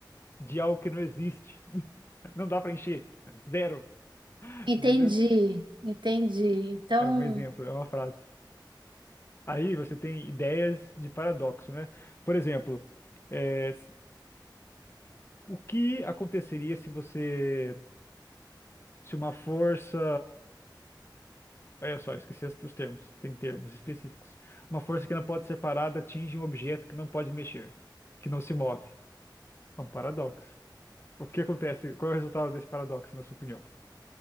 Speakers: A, on the left; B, on the right.
A: de algo que não existe? <laughs> Não dá para encher. Zero.
B: entendi,
A: Entendeu?
B: entendi. Então,
A: É um exemplo, é uma frase. Aí você tem ideias de paradoxo, né? Por exemplo, é, O que aconteceria se você, se uma força, olha só, esqueci as- os termos, tem termos específicos. Uma força que não pode ser parada atinge um objeto que não pode mexer, que não se move. É um paradoxo. O que acontece? Qual é o resultado desse paradoxo, na sua opinião?